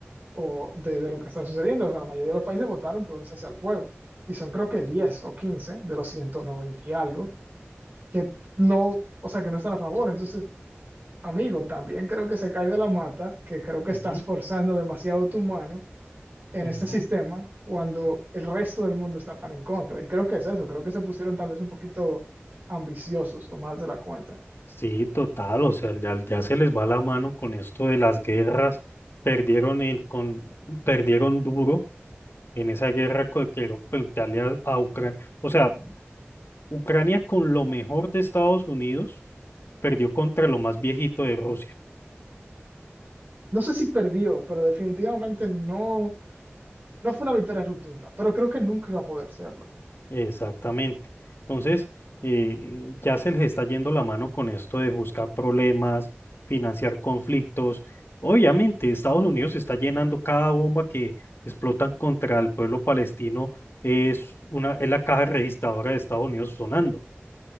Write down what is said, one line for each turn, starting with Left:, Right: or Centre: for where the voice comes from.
Right: o de, de lo que está sucediendo. O sea, la mayoría de los países votaron por un cese al fuego y son creo que 10 o 15 de los 190 y algo que no, o sea, que no están a favor. Entonces, amigo, también creo que se cae de la mata, que creo que
Left: Ujú,
Right: estás forzando demasiado tu mano en
Left: ujú.
Right: este sistema cuando el resto del mundo está tan en contra. Y creo que es eso, creo que se pusieron tal vez un poquito ambiciosos o más de la cuenta.
Left: Sí, total. O sea, ya, ya se les va la mano con esto de las guerras. Perdieron, en- con, perdieron duro en esa guerra co- que dio Italia a Ucrania. O sea, Ucrania con lo mejor de Estados Unidos perdió contra lo más viejito de Rusia.
Right: No sé si perdió, pero definitivamente no, no fue una victoria rotunda, pero creo que nunca iba a poder serlo.
Left: Exactamente. Entonces, eh, ya se les está yendo la mano con esto de buscar problemas, financiar conflictos. Obviamente, Estados Unidos está llenando cada bomba que explotan contra el pueblo palestino, es una, es la caja registradora de Estados Unidos sonando.